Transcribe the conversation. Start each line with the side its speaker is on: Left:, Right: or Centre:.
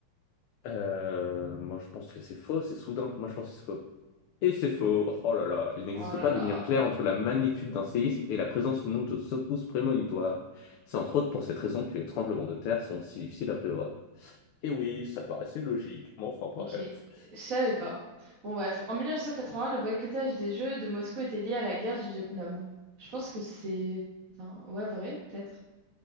Left: Euh, moi, je pense que c'est faux, c'est soudain. Moi, je pense que c'est faux. Et c'est faux. Oh là là, il n'existe
Right: Oh là
Left: pas
Right: là.
Left: de lien clair entre la magnitude d'un séisme et la présence ou non de secousses prémonitoires. C'est entre autres pour cette raison que les tremblements de terre sont si difficiles à prévoir. Et oui, ça paraissait logique, mais enfin bref.
Right: Ok, je savais pas. Bon bref, en 1980, le boycottage des Jeux de Moscou était lié à la guerre du Vietnam. Je pense que c'est... Attends, ouais, vrai, peut-être.